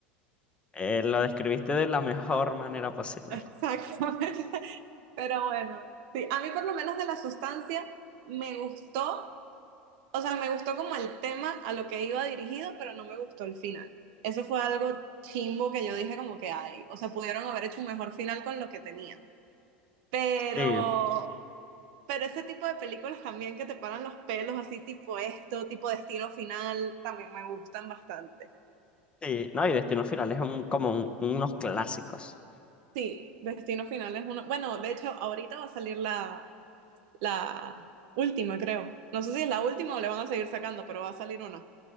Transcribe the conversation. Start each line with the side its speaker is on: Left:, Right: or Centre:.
Left: Eh, lo describiste de la mejor manera posible.
Right: Exactamente. <laughs> Pero bueno, sí, a mí por lo menos de la sustancia me gustó o sea, me gustó como el tema a lo que iba dirigido, pero no me gustó el final. Eso fue algo chimbo que yo dije como que hay, o sea, pudieron haber hecho un mejor final con lo que tenían. Pero,
Left: Sí,
Right: pero ese tipo de películas también que te paran los pelos, así tipo esto, tipo Destino Final, también me gustan bastante.
Left: sí, no, y Destino Final es un- como un- unos clásicos.
Right: Sí, Destino Final es una... Bueno, de hecho, ahorita va a salir la, la última, creo. No sé si es la última o le van a seguir sacando, pero va a salir una.